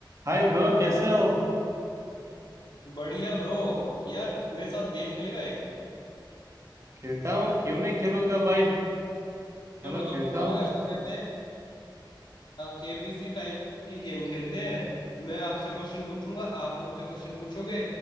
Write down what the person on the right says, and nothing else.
हाय bro कैसे हो
खेलता हूँ क्यों नहीं खेलूंगा भाई चलो
खेलता
हूँ